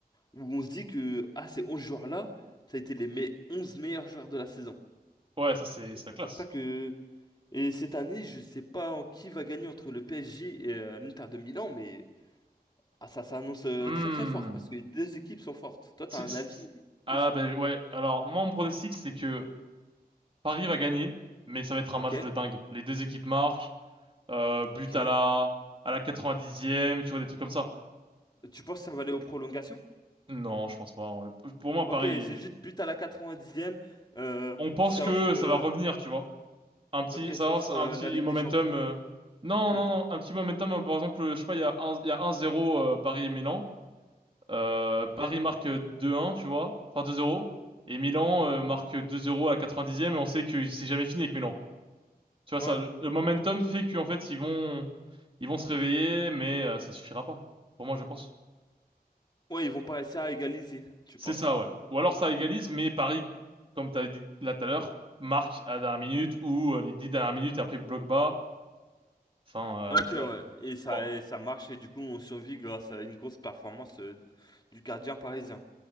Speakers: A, on the left; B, on the right.
A: Où on se dit que, ah, ces 11 joueurs-là, ça a été les me- 11 meilleurs joueurs de la saison.
B: Ouais, ça, c'est,
A: Et
B: c'est
A: c'est
B: la classe.
A: pour ça que. Et cette année, je sais pas en qui va gagner entre le PSG et euh, l'Inter de Milan, mais ah, ça s'annonce euh,
B: Hmm.
A: très très fort parce que les deux équipes sont fortes. Toi, t'as
B: C'est-
A: un
B: c'est-
A: avis
B: Ah
A: dessus?
B: ben ouais, alors moi mon pronostic c'est que Paris va gagner, mais ça va être un
A: Ok,
B: match de dingue. Les deux équipes marquent, euh, but
A: ok.
B: à la à la 90e, tu vois, des trucs comme ça.
A: Tu penses que ça va aller aux prolongations?
B: Non, je pense pas. hein. Pour moi,
A: Ok,
B: Paris est-
A: c'est juste but à la 90e. euh,
B: On pense
A: ça
B: que
A: offre,
B: ça
A: euh,
B: va revenir, tu vois. Un petit,
A: ok,
B: ça
A: ça
B: lance
A: offre
B: un
A: euh,
B: petit
A: la Ligue
B: momentum.
A: des Champions.
B: euh, Non,
A: Ok,
B: non, non, un petit momentum. euh, Par exemple, euh, je sais pas, il y a un, il y a un zéro euh, Paris et Milan. Euh,
A: ok.
B: Paris marque euh, 2-1, tu vois. Enfin 2-0. Et Milan euh, marque 2-0 à la 90e et on sait que c'est jamais fini avec Milan. Tu vois, ça,
A: Ouais,
B: le momentum fait qu'en fait, ils vont, ils vont se réveiller, mais euh, ça suffira pas. Pour moi, je pense.
A: ouais, ils vont pas réussir à égaliser, tu
B: C'est
A: penses?
B: ça, ouais. Ou alors ça égalise, mais Paris, comme t'avais dit là tout à l'heure, marque à la dernière minute ou euh, les dix dernières minutes et après bloc bas. Enfin,
A: Ok,
B: euh, tu
A: ouais.
B: vois.
A: Et ça,
B: Oh.
A: et ça marche et du coup, on survit grâce à une grosse performance euh, du gardien parisien.